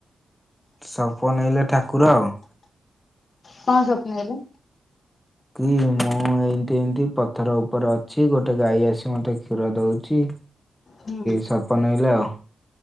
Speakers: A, in the centre; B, on the left (about 45°).
A: ସପନେଇଲେ ଠାକୁର ଆଉ।
B: କଁଅ ସ୍ଵପ୍ନେଇଲେ?
A: କି ମୁଁ ଏଇଠି ଏମିତି ପଥର ଉପରେ ଅଛି ଗୋଟେ ଗାଈ ଆସି ମୋତେ ଖିରଦଉଚି।
B: ହୁଁ
A: ସପନେଇଲେ ଠାକୁର ଆଉ।